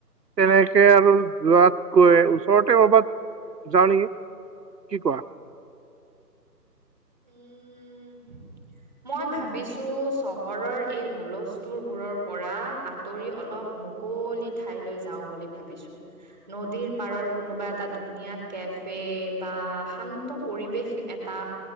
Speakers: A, on the right; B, in the centre.
A: তেনেকে আৰু যোৱাত গৈ ওচৰতে কৰ'বাত যাওঁ নেকি। কি কোৱা?
B: উম।
A: <unintelligible>
B: মই ভাবিছো চহৰৰ এই হুলস্থুলবোৰৰ পৰা আঁতৰি অলপ মুখ মুকলি ঠাইলৈ যাও বুলি ভাবিছো নদীৰ পাৰৰ কোনোবা এটা ধুনীয়া কেফে বা শান্ত পৰিৱেশ এটা।